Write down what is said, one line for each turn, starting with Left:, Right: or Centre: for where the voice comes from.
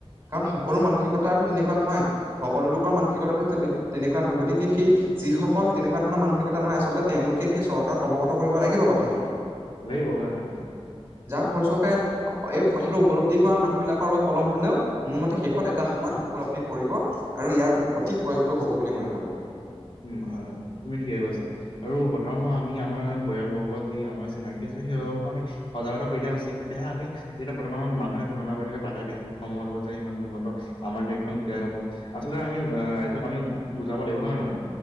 Right: কাৰণ সকলো মানসিকতাতো তেনেকুৱা নহয় সকলো লোকৰ মানসিকতাতো তেনে তেনেকুৱা নহয়, গতিকে সেই যিসকল তেনেকুৱা ধৰণৰ মানসিকতা নহয়, আচলতে তেওঁলোকে সেই চৰকাৰক অৱগত কৰিব লাগিব। কথাখিনি।
Left: লাগিব হয় হয় হয়।
Right: যাৰ ফলস্বৰূপে এই কথাটো উপলব্ধি কৰা মানুহবিলাকৰ অলপ পলম হ'লেও মোৰ মতে শেষত এটা সময়ত উপলব্ধি কৰিব আৰু ইয়াৰ স ঠিক প্ৰয়োগটো হ'ব বুলি মই ভাবোঁ।
Left: উম, হয় হয় তুমি ঠিকে কৈছা আৰু বৰ্তমান সময় আমি আমাৰ পৰিয়ালবৰ্গৰ যি আমাৰ চিনাকি আছে সেই সকলো আমি সজাগতা কৰি দিয়া উচিত, তেতিয়াহে আমি এতিয়া বৰ্তমান মানুহে তুলনা কৰি থাকে বাহিৰা দেশ বোৰ সমূহৰ লগত যে সিমান উন্নত আমাৰ দেশখন কেতিয়া হব। আচলতে আমি ৰাইজক আমি বুজাব লাগিব হয় নে নহয়।